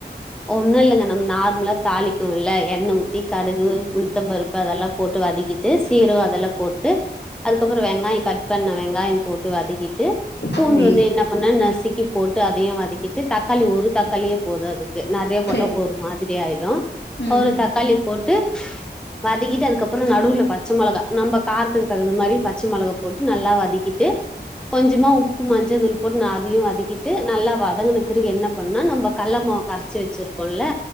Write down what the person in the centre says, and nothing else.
ஒண்ணு இல்லங்க நம்ம நார்மலா தாளிக்கோ இல்ல எண்ணெ ஊத்தி கடுகு, உளுத்த பருப்பு அதெல்லா போட்டு வதக்கி ட்டு சீரகோ அதெல்லா போட்டு அதுக்கப்பறோ வெங்காயோ கட் பண்ண வெங்காயம் போட்டு வதக்கிட்டு பூண்டு
வந்து என்ன பண்ண நசுக்கி போட்டு அதயு வதக்கிட்டு தக்காளி ஒரு தக்காளியே போது அதுக் க்கு நறைய
ஒரு மாதிரி ஆயிடு
ஒரு தக்காளி போட்டு வதக்கிட்டு அதுக்கப்பறொ நடுவுல பச்சை மொளகா நம்ப காரத்துக்கு தகுந்த மாதிரி பச்ச மிளகா போட்டு நல்லா வதக்கிட் டு கொஞ்சமா உப்பு மஞ்ச தூள் போட்டு ந அதையு வதக்கிட்டு நல்லா வதங்கன பிறகு என்ன பண்ணுனா நம்ம கல்லமாவு கரைச்சி வச்சிருக்கோல